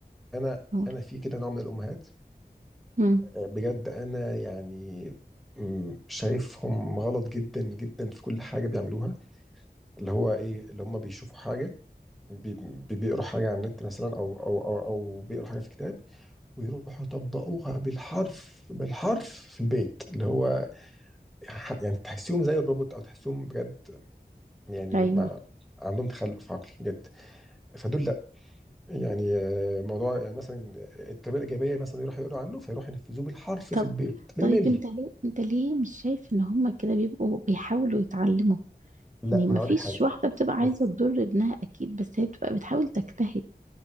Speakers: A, in the centre; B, on the right.
A: أنا
B: اقول
A: أنا في كده نوع من الأمهات
B: امم
A: آه، بجد أنا يعني مم، شايفهم غلط جدا جدا في كل حاجة بيعملوها اللي هو إيه اللي هم بيشوفوا حاجة بي- بي- بيقروا حاجة على النت مثلا أو أو أو, أو بيقروا حاجة في كتاب ويروحوا يطبقوها بالحرف بالحرف في البيت اللي هو ح- يعني تحسيهم زي الروبوت او تحسيهم بجد يعني
B: ايوه
A: ما عندهم تخلف عقلي بجد فدول لا يعني آه، موضوع يعني مثلا التربيه الايجابيه مثلا يروحوا يقولوا عنه فيروحوا ينفذوه بالحرف
B: طب
A: في البيت بالملي
B: طيب انت ليه انت ليه مش شايف ان هما كده بيبقوا بيحاولوا يتعلموا
A: لا
B: يعني
A: ما
B: ما
A: انا اقول
B: فيش
A: لك حاجه
B: واحدة بتبقى عايزة
A: بص
B: تضر ابنها اكيد بس هي بتبقى بتحاول تجتهد